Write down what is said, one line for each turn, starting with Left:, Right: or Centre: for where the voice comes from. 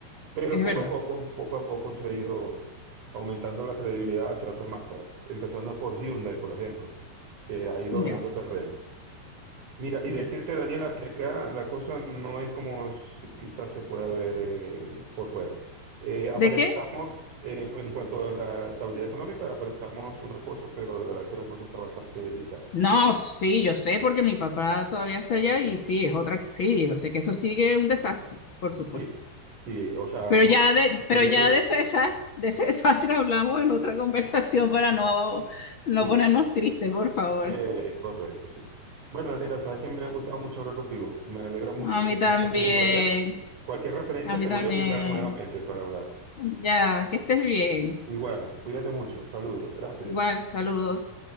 Right: Pero
Left: Es
Right: poco
Left: verdad.
Right: a poco, poco a poco se ha ido aumentando la credibilidad hacia otras marcas, empezando por Hyundai, por ejemplo, que ha ido
Left: Ya,
Right: ganando terreno. Mira,
Left: ya.
Right: y decirte, Daniela, que acá la cosa no es como si quizás se pueda ver eh, por fuera. Eh, aparentamos,
Left: ¿De qué?
Right: eh, en cuanto a la estabilidad económica, aparentamos una cosa, pero de verdad que la cosa está bastante delicada.
Left: No, sí, yo sé porque mi papá todavía está allá y sí, es otra, sí, yo sé que eso sigue un desastre, por supuesto.
Right: Sí, sí, o sea,
Left: Pero
Right: por
Left: ya de,
Right: se
Left: pero
Right: ve,
Left: ya de ese desastre, de ese <laughs> desastre hablamos en otra conversación para no, no
Right: sí,
Left: ponernos tristes, por favor.
Right: eh, es correcto, sí. Bueno, Daniela, sabes que me ha gustado mucho hablar contigo. Me alegra mucho
Left: A mí
Right: que
Left: también,
Right: te encuentres bien por allá. Cualquier referencia
Left: a mí
Right: te
Left: también.
Right: voy a ubicar nuevamente para hablar.
Left: Ya, que estés bien.
Right: Igual, cuídate mucho. Saludos, gracias.
Left: Igual, saludos.